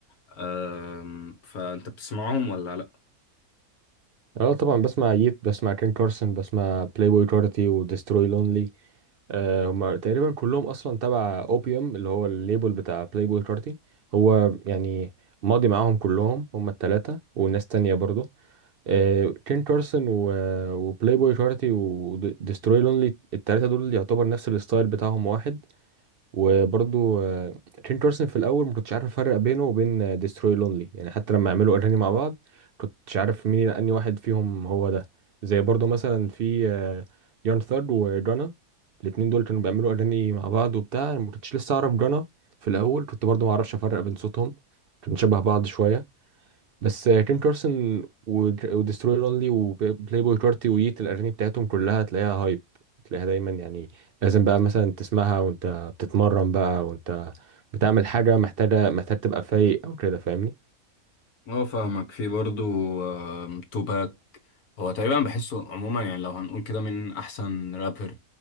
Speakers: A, on the left; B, on the right.
A: آم، فانت بتسمعهم ولا لا
B: اه طبعا بسمع ييت بسمع كين كارسون بسمع بلاي بوي كارتي وديستروي لونلي آه، هما تقريبا كلهم اصلا تبع اوبيوم اللي هو الليبل بتاع بلاي بوي كارتي هو يعني ماضي معاهم كلهم هما التلاتة وناس تانية برضه آه، كين كارسون و... وبلاي بوي كارتي وديستروي لونلي التلاتة دول يعتبر نفس الستايل بتاعهم واحد وبرضو تشين كارسون في الاول ما كنتش عارف افرق بينه وبين ديستروي لونلي يعني حتى لما عملوا اغاني مع بعض كنتش عارف مين اني واحد فيهم هو ده زي برضو مثلا في آه، يارن ثرد وجانا الاتنين دول كانوا بيعملوا اغاني مع بعض وبتاع أنا ما كنتش لسه اعرف جانا في الاول كنت برضو ما اعرفش افرق بين صوتهم كانوا شبه بعض شويه بس كين كارسون ودستروير اونلي وبلاي بوي كارتي ويت الاغاني بتاعتهم كلها تلاقيها هايب تلاقيها دايما يعني لازم بقى مثلا تسمعها وانت بتتمرن بقى وانت بتعمل حاجه محتاجه محتاج تبقى فايق او كده فاهمني
A: اه فاهمك في برضو آم، توباك هو تقريبا بحسه عموما يعني لو هنقول كده من احسن رابر